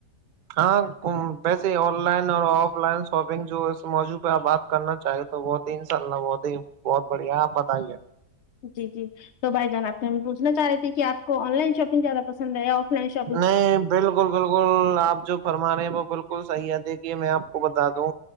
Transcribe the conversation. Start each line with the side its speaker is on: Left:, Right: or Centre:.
Right: ہاں ویسے آن لائن اور آف لائن شاپنگ جو اس موجوع پہ آپ بات کرنا چاہیے تو وہ ت ان شاء اللہ وہت بہت بڑھیا آپ بتائیے
Left: جی جی تو بھائی جان آ سے ہم پوھنا چاہ رہے تھ کہ آپ کو آن لائن شاپنگ زیادہ پسند ہے آف لائن شپ
Right: نہیں بالکل بالکل بالکل آپ جو فرما رہے ہیں وہ بالکل صحیح ہے دیکھیے میں آپ کو بتا دوں